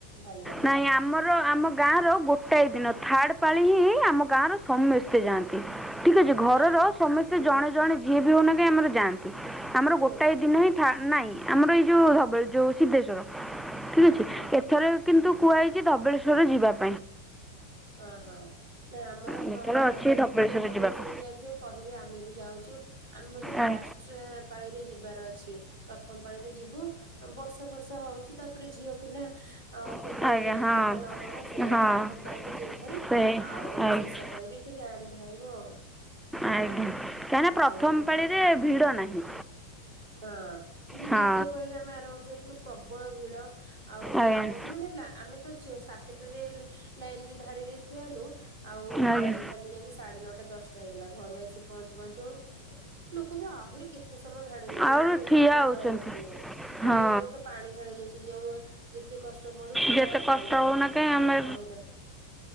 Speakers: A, on the right; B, in the centre.
A: ଭଲ୍ ଲାଗେ।
B: ନାଇଁ ଆମର ଆମ ଗାଁ ର ଗୋଟାଏ ଦିନ ଥାର୍ଡ ପାଳି ହିଁ ଆମ ଗାଁର ସମେସ୍ତେ ଯାଆନ୍ତି। ଠିକ୍ ଅଛି ଘରର
A: ନା
B: ସମେସ୍ତେ
A: ହଁ
B: ଜଣେ ଜଣେ ଯିଏ ବି ହୋଉନା କାଇଁ ଆମର ଯାଆନ୍ତି। ଆମର
A: କପିଳାସ
B: ଗୋଟାଏ ଦିନ ହିଁ ଥାନ୍ ନାଇଁ ଆମର ଏଇ ଯୋଉ ଧବଳେ ଯୋଉ ସିଦ୍ଧେଶ୍ୱର। ଠିକ୍
A: ହଁ
B: ଅଛି।
A: ହଁ।
B: ଏଥର କିନ୍ତୁ କୁହା ହେଇଚି ଧବଳେଶ୍ଵର ଯିବା ପାଇଁ।
A: ଅ ହଁ ନାଇଁ ଆମର
B: ଯେତେବେଳେ
A: ହଁ
B: ଅଛି
A: ଆପଣ
B: ଧବଳେଶ୍ୱର
A: କେବେ ଧବଳେଶ୍ଵର
B: ଯିବାକୁ
A: ଯାଇଥିବେ କହିବେ ଆମେ ବି ଯାଉଛୁ ଆମେ ବୋଧେ ଫାଷ୍ଟ୍
B: ଆଜ୍ଞା
A: ପାଳିରେ ଯିବାର ଅଛି। ପ୍ରଥମ ପାଳିରେ ଯିବୁ ଆଁ ବର୍ଷା ଫର୍ଷା ହଉଛି ତାପରେ ଝିଅ ପିଲା। ଆଉ କେତେବେଳେ
B: ଆଜ୍ଞା
A: ଯାଇ
B: ଆଜ୍ଞା ହଁ
A: ହବ ନ ହବ ସେୟା
B: ହଁ
A: ପ୍ରଥମ ପାଳିରେ ଯିବୁ ଭାରି
B: ସେ
A: ଆଉ
B: ଆଜ୍ଞା
A: ଶେଷ ପାଳିରେ ଏଠି ଗାଁରେ ଢାଳିବୁ ଆଉ।
B: ଆଜ୍ଞା
A: ହଉ
B: କାହିଁକି ନା ପ୍ରଥମ୍
A: ଆଜ୍ଞା
B: ପାଳିରେ ଭିଡ଼
A: ଆଜ୍ଞା।
B: ନାହିଁ।
A: ହଁ। କିନ୍ତୁ
B: ହଁ
A: ଦ୍ୱିତୀୟ ପାଳିରେ ଆମେ ଆର ବର୍ଷ ଯାଇଥିଲୁ ପ୍ରବଳ ଭିଡ଼। ଆଉ ଯାଇ
B: ଆଜ୍ଞା
A: ହବନି ମାନେ ଲା ଆମେ ତ ସକାଳ ସାତ୍ ଟାରେ ଲାଇନ୍ ରେ ଧାଡ଼ିରେ ଠିଆ ହେଲୁ। ଆଉ
B: ଆଜ୍ଞା
A: ପାଣି ଢ଼ାଳିଲୁ ଯାଇକି ସାଢ଼େ ନଅଟା ଦଶ୍ ଟା ହେଇଗଲା। ଘରୁ ଆସିକି ପହଁଞ୍ଚୁ ପହଁଞ୍ଚୁ ଲୋକ ବି ଆହୁରି କେତେ ସମୟ ଧାଡ଼ିରେ କିନ
B: ଆଉ
A: ଆମେ ଏତିକି
B: ଠିଆ
A: ବି
B: ହେଉଛନ୍ତି
A: କହିବା କଥା ନୁହେଁ। ଆମେ
B: ହଁ
A: ତ ପାଣି ଢ଼ାଳି ଯାଉଛେ ଯୋଉ ଯେତେ କଷ୍ଟ ପଡୁ ସେଟା
B: ଯେତେ
A: କରିବା
B: କଷ୍ଟ ହେଉନା
A: କଥା
B: କାହିଁ ଆମେ
A: ଆଉ କହିଲେ